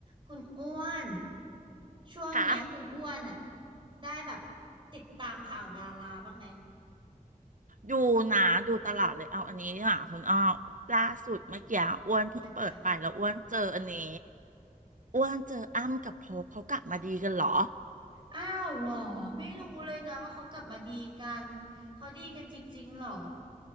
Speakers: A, on the right (about 35°); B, on the right (about 65°).
A: คุณอ้วนช่วงเนี้ยคุณอ้วนอะ
B: ค่ะ
A: ได้แบบติดตามข่าวดาราบ้างไหม
B: ดูนะ ดูตลอดเลยเอาอันนี้ดีกว่าคุณอ้อล่าสุดเมื่อกี้อ้วนเพิ่งเปิดไปแล้วอ้วนเจออันนี้
A: อันไหน
B: อ้วนเจออ้ำกับโพกเขากลับมาดีกันเหรอ
A: อ้าวเหรอไม่รู้เลยนะว่าเขากลับมาดีกันเขาดีกันจริงๆหรอ